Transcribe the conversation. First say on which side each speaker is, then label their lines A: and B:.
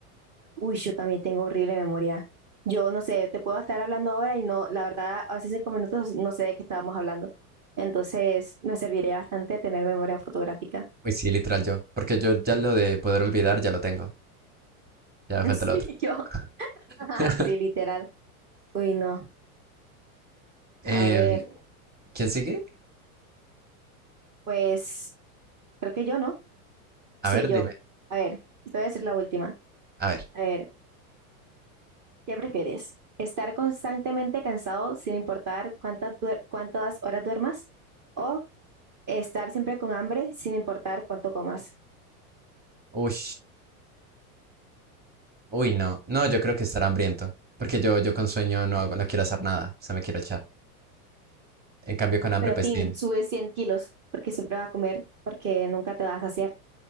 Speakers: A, on the right (about 35°); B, on the right (about 20°).
A: Uy, yo también tengo horrible memoria. Yo no sé, te puedo estar hablando ahora y no, la verdad, hace cinco minutos no sé de qué estábamos hablando. Entonces, me serviría bastante tener memoria fotográfica.
B: Uy, sí, literal yo. Porque yo ya lo de poder olvidar ya lo tengo. Ya
A: <laughs>
B: me falta
A: Sí,
B: lo otro.
A: yo. <laughs>
B: <laughs>
A: Sí, literal. Uy, no.
B: Em,
A: A ver,
B: ¿quién sigue?
A: pues creo que yo no. Sí,
B: A ver,
A: yo.
B: dime.
A: A ver, te voy a decir la última.
B: A ver.
A: A ver, ¿Qué prefieres? ¿Estar constantemente cansado sin importar cuántas, duer- cuántas horas duermas? ¿O estar siempre con hambre sin importar cuánto comas?
B: Uy. Uy, no. No, yo creo que estará hambriento. Porque yo, yo con sueño no hago, no quiero hacer nada. O sea, me quiero echar. En cambio, con hambre,
A: Pero
B: pues
A: Tin,
B: sí,
A: sube cien kilos porque siempre vas a comer porque nunca te vas a saciar.